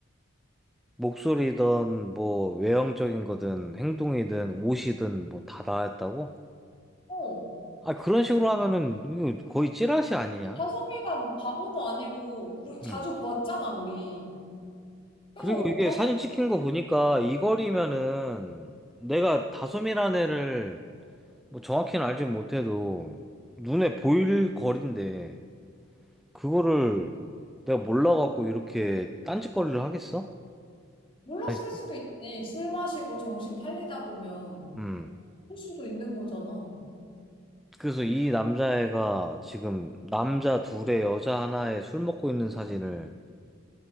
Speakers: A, in the centre; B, on the left.
A: 목소리든 뭐 외형적인 거든 행동이든 옷이든 뭐 다 나았다고?
B: 어.
A: 아 그런 식으로 하면은 이거 거의 찌라시 아니냐?
B: 다솜이가 뭐 바보도 아니고 우리 자주
A: 음.
B: 보았잖아 우리. 그래서
A: 그리고 이게
B: 다솜이가
A: 사진 찍힌 거 보니까 이 거리면은 내가 다솜이라는 애를 뭐 정확히는 알지 못해도 눈에 보일 거리인데 그거를 내가 몰라갖고 이렇게 딴짓거리를 하겠어?
B: 몰랐을
A: 아니,
B: 수도 있지. 술 마시고 정신 팔리다 보면
A: 음.
B: 할 수도 있는 거잖아.
A: 그래서 이 남자애가 지금 남자 둘에 여자 하나에 술 먹고 있는 사진을